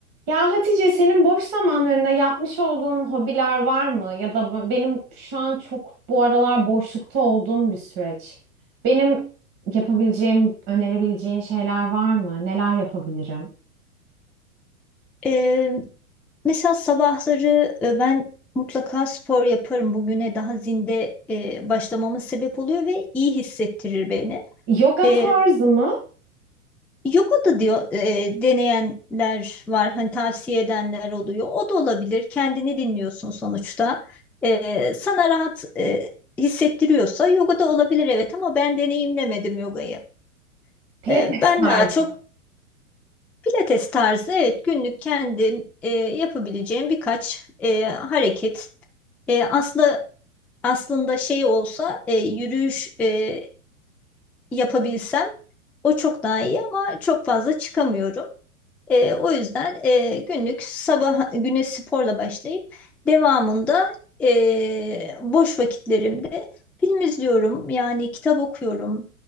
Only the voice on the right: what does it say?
Ya Hatice senin boş zamanlarında yapmış olduğun hobiler var mı? Ya da b- benim şu an çok bu aralar boşlukta olduğum bir süreç. Benim yapabileceğim, önerebileceğin şeyler var mı? Neler yapabilirim?
Yoga
tarzı mı?
Pilates
tarzı.